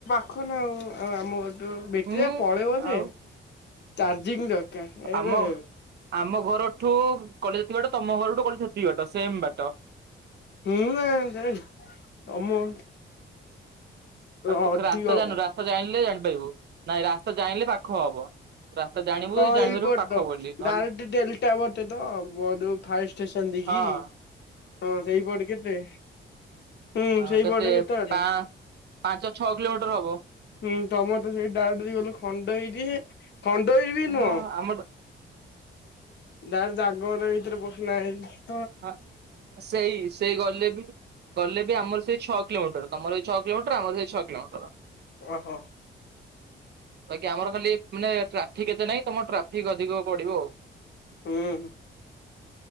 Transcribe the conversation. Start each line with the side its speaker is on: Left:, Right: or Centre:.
Left: ଦେଖନା ଆଉ ଆଉ ଆମ <unintelligible> ବେଟ୍ରି
Right: ହୁଁ
Left: ଗାଡି ପଳେଇବ ଯେ
Right: ଆଉ
Left: ଚାର୍ଜିଂ ଦରକାର ଏବେ
Right: ଆମ ଆମ ଘରଠୁ କଲେଜ ଯେତିକ ବାଟ ତମ ଘରଠୁ କଲେଜ ସେତିକ ବାଟ ସେମ୍ ବାଟ।
Left: ମୁଁ ଜାଣିନି କାଇଁ ତମ
Right: ଆଉ ତୁ
Left: ଅଧିକ
Right: ଖ ରାସ୍ତା ଜାଣିନୁ
Left: ହବ
Right: ରାସ୍ତା ଜାଣିଲେ ଜାଣିପାରିବୁ ନାଇଁ ରାସ୍ତା ଜାଣିଲେ ପାଖ ହବ। ରାସ୍ତା ଜାଣିବୁ
Left: କଣ
Right: ଜାଣିପାରିବୁ
Left: ଏଇପଟ
Right: ପାଖ
Left: <unintelligible>
Right: ବୋଲି ନହେଲେ
Left: ଯୋଉ ଫାୟାର ଷ୍ଟେସନ ଦେଇକି।
Right: ହଁ
Left: ହଁ ସେଇପଟେ କେତେ? ହୁଁ
Right: ହଁ
Left: ସେଇପଟେ
Right: କେତେ
Left: ବାଟ
Right: ପା-ପାଞ୍ଚ ଛଅ କିଲୋମିଟର ହବ।
Left: ହୁଁ ତମର ତ ସେଇ ଡାରେକ୍ଟ ଗଲୁ ଖଣ୍ଡଗିରିରେ ଖଣ୍ଡଗିରି ବି
Right: ହଁ
Left: ନୁହଁ।
Right: ଆମର
Left: ଡାଇରେକ୍ଟ ଜାଗମର ଭିତରେ ପସିକିନା <unintelligible>
Right: ଆ ସେଇ ସେଇ ଗଲେ ବି ଗଲେ ବି ଆମର ସେଇ ଛଅ କିଲୋମିଟର ତମର ସେଇ ଛଅ କିଲୋମିଟର ଆମର ସେଇ ଛଅ କିଲୋମିଟର।
Left: ଓହୋ।
Right: ବାକି ଆମର ଖାଲି ମାନେ ଟ୍ରାଫିକ ଏତେ ନାହିଁ ତମର ଟ୍ରାଫିକ ଅଧିକ ପଡିବ ଆଉ।
Left: ହୁଁ।